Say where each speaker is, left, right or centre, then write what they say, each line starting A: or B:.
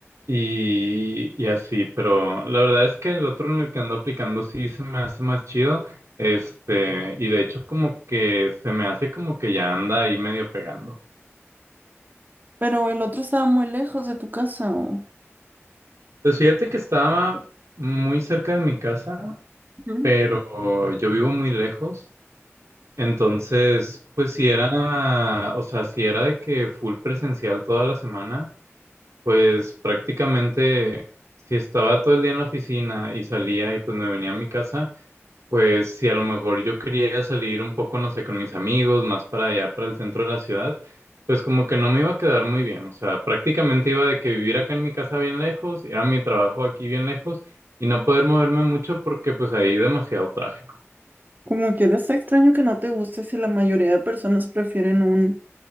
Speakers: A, on the right (about 85°); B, on the right (about 40°).
A: y, y así, pero la verdad es que el otro en el que ando aplicando sí se me hace más chido, este, y de hecho como que se me hace como que ya anda ahí medio pegando.
B: Pero el otro estaba muy lejos de tu casa o
A: Pues fíjate que estaba muy cerca de mi casa,
B: Ujú.
A: pero yo vivo muy lejos. Entonces, pues si era, o sea, si era de que full presencial toda la semana, pues prácticamente si estaba todo el día en la oficina y salía y pues me venía a mi casa, pues si a lo mejor yo quería salir un poco, no sé, con mis amigos, más para allá, para el centro de la ciudad, pues como que no me iba a quedar muy bien. O sea, prácticamente iba de que vivir acá en mi casa bien lejos, ir a mi trabajo aquí bien lejos y no poder moverme mucho porque pues hay demasiado tráfico.
B: como quieres, está extraño que no te guste si la mayoría de personas prefieren un